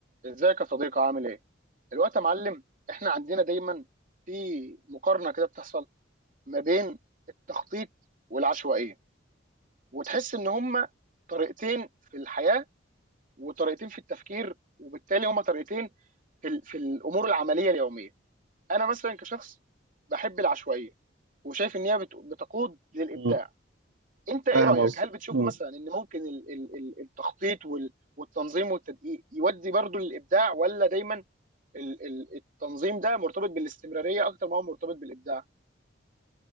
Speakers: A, on the right; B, on the right.
A: ازيك يا صديقي عامل ايه؟ الوقت يا معلم احنا عندنا دايما في مقارنه كده بتحصل ما بين التخطيط والعشوائيه وتحس ان هما طريقتين في الحياه وطريقتين في التفكير وبالتالي هما طريقتين في, ال- في الامور العمليه اليوميه. انا مثلا كشخص بحب العشوائيه وشايف ان هي بت- بتقود للابداع.
B: مم.
A: انت ايه
B: فاهم
A: رايك؟
B: قصدي
A: هل بتشوف
B: مم.
A: مثلا ان ممكن ال- ال- ال- التخطيط وال- والتنظيم والتدقيق يودي برضو للابداع ولا دايما ال- ال- التنظيم ده مرتبط بالاستمراريه اكتر ما هو مرتبط بالابداع